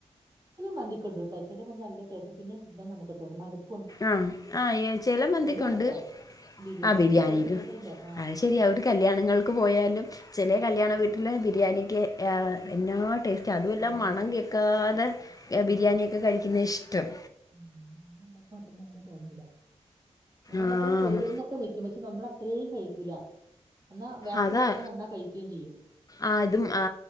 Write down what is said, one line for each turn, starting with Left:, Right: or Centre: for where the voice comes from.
Right: ചില മന്തികൊണ്ടൂട്ടാ, ചില മന്തി നല്ല- ടെസ്റ്റാ പിന്നെ തിന്നാൻ നമുക്ക് തോന്നും മട്-
Left: ആഹാ ആഹാ ചെല മന്തിക്കൊണ്ട്.
Right: ഉണ്ടല്ലോ ബിരിയാണിയിലും
Left: ആ ബിരിയാണിലും
Right: ഉണ്ട് ടേസ്റ്റ് വ്യത്യാസം ഉണ്ടല്ലോ ആഹ്
Left: അത് ശരിയാ ഒര് കല്ല്യാണങ്ങൾക്ക് പോയാലും, ചില കല്യാണ വീട്ടിലബിരിയാണിക്ക് ഹാ ഞങ്ങൾ, ടേസ്റ്റാ അതുവല്ല,
Right: ആഹ്
Left: മണം
Right: പിന്നെ
Left: കേൾക്കാതെ
Right: ഉം
Left: ബിരിയാണിയൊക്കെ കഴിക്കുന്നെ ഇഷ്ടം.
Right: <unintelligible> തോന്നൂല്ല അത്ണ്ടെങ്കിലും
Left: ആഹ്
Right: പൊതിമരുന്നൊക്കെ വെക്കേ മ്മച്ചി നമ്മളെ അത്രയും കഴിക്കൂല്ല, എന്നാ വാകുള്ളവർള്ളരെല്ലാം
Left: അതാ
Right: തന്നാ കഴിക്കുകയും ചെയ്യും,
Left: ആഹ് അതും ആ